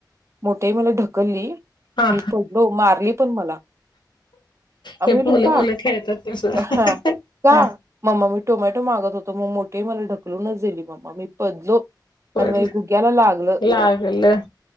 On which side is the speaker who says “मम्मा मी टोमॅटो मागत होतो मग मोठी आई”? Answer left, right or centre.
Right